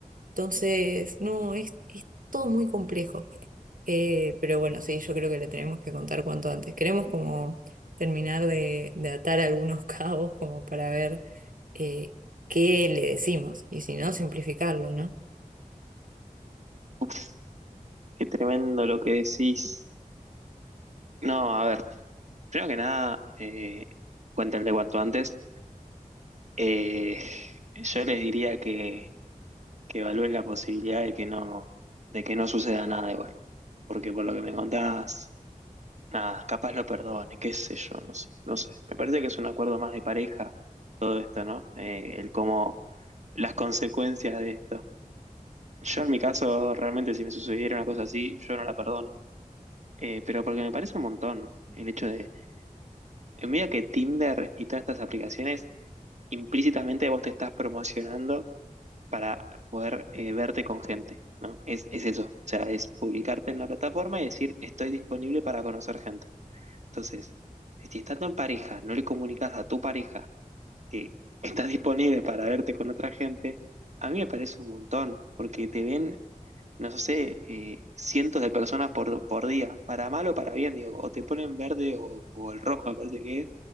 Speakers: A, on the right; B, on the right.
A: Entonces, no, es, es todo muy complejo. Eh, pero bueno, sí, yo creo que le tenemos que contar cuanto antes. Queremos como terminar de, de atar algunos <laughs> cabos como para ver eh, qué le decimos y si no, simplificarlo, ¿no?
B: Uf, qué tremendo lo que decís. No, a ver, primero que nada, eh, cuéntenle cuanto antes. Eh, yo les diría que, que evalúen la posibilidad de que no, de que no suceda nada igual. Porque por lo que me contás, nada, capaz lo perdone, qué sé yo, no sé, no sé. Me parece que es un acuerdo más de pareja todo esto, ¿no? Eh, el cómo, las consecuencias de esto. Yo en mi caso, realmente si me sucediera una cosa así, yo no la perdono. Eh, pero porque me parece un montón el hecho de En medio que Tinder y todas estas aplicaciones, implícitamente vos te estás promocionando para poder eh, verte con gente, ¿no? Es, es eso. O sea, es publicarte en la plataforma y decir, estoy disponible para conocer gente. Entonces, si estando en pareja, no le comunicas a tu pareja que estás disponible para verte con otra gente, a mí me parece un montón, porque te ven, no sé, eh, cientos de personas por, por día, para mal o para bien, digo, o te ponen verde o, o el rojo, aparte que es